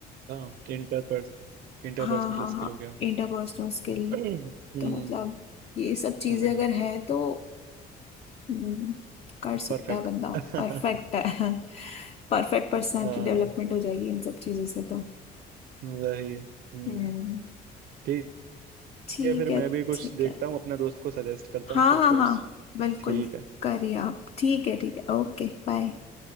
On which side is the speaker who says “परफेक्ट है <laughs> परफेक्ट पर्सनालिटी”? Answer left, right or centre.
Left